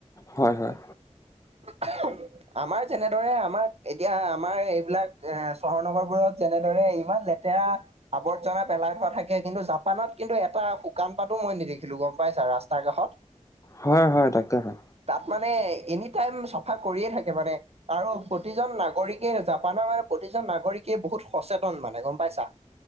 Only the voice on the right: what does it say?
<inaudible> আমাৰ যেনেদৰে আমাৰ এতিয়া আমাৰ এইবিলাক এ চহৰ নগৰবোৰত যেনেদৰে ইমান লেতেৰা। আৱৰ্জনা পেলাই থোৱা থাকে কিন্তু জাপানত কিন্তু এটা শুকান পাতো মই নিদেখিলো গম। পাইছা ৰাস্তাৰ কাষত।
তাত মানে এনিটাইম চফা কৰিয়ে থাকে মানে। আৰু প্ৰতিজন নাগৰিকে জাপানৰ মানে প্ৰতিজন নাগৰিকে বহুত সচেতন মানে গম পাইছা।